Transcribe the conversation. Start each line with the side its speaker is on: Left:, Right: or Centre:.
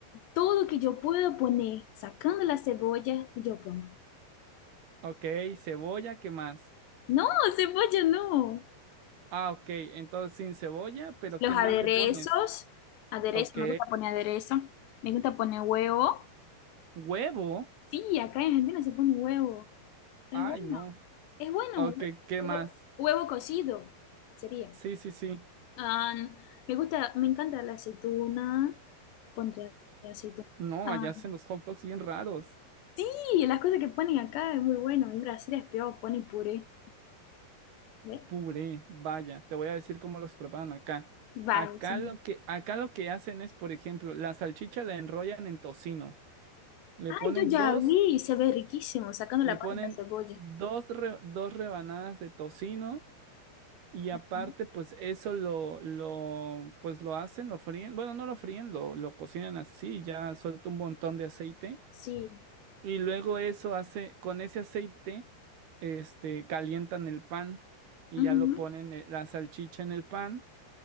Left: Tudo que eu puedo poner, sacando la cebolla, eu pongo.
Right: Ok, cebolla, ¿qué más?
Left: No, cebolla no.
Right: Ah, ok, entonces sin cebolla, pero
Left: Los
Right: ¿qué más
Left: aderezos,
Right: le pones?
Left: aderezo,
Right: Ok,
Left: me gusta poner aderezo, me gusta poner huevo.
Right: huevo.
Left: Sí, acá en Argentina se pone huevo. Es
Right: Ay,
Left: bueno,
Right: no.
Left: es bueno.
Right: Ok, ¿qué
Left: Hue-
Right: más?
Left: Huevo cocido sería.
Right: Sí, sí, sí.
Left: Ah, me gusta, me encanta la aceituna, pondré aceituna.
Right: No,
Left: Ah,
Right: allá hacen los hot dogs bien raros.
Left: sí, las cosas que ponen acá es muy bueno. En Brasil es peor, ponen puré. ¿Ve?
Right: Puré, vaya, te voy a decir cómo los preparan acá. Acá
Left: Va, sí.
Right: lo que, acá lo que hacen es, por ejemplo, la salchicha la enrollan en tocino. Le
Left: Ay,
Right: ponen
Left: yo ya
Right: dos,
Left: vi, se ve riquísimo, sacando
Right: le
Left: la
Right: ponen
Left: parte de la cebolla.
Right: dos, re- dos rebanadas de tocino y aparte,
Left: Ujú.
Right: pues eso lo, lo, pues lo hacen, lo fríen. Bueno, no lo fríen, lo, lo cocinan así, ya suelta un montón de aceite
Left: Sí.
Right: Y luego eso hace, con ese aceite, este, calientan el pan y
Left: Ujú.
Right: ya lo ponen eh, la salchicha en el pan